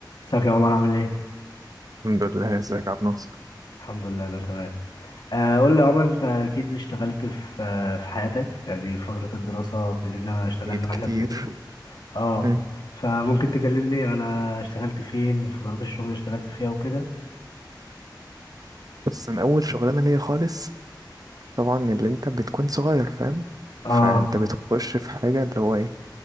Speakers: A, on the left; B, on the right.
A: ازيك يا عمر عامل ايه؟
B: الحمد لله ازيك يا عبد الناصر
A: الحمد لله انا تمام آه، قول لي يا عمر انت اكيد اشتغلت في آه، في حياتك يعني في فترة الدراسة كلنا اشتغلنا
B: اكيد كتير
A: واحنا بندرس اه
B: مم.
A: فممكن تكلمني انا اشتغلت فين وفترات الشغل اللي اشتغلت فيها وكده
B: بس انا اول شغلانه ليا خالص طبعا اللي انت بتكون صغير فاهم
A: اه
B: فانت بتخش في حاجه اللي هو ايه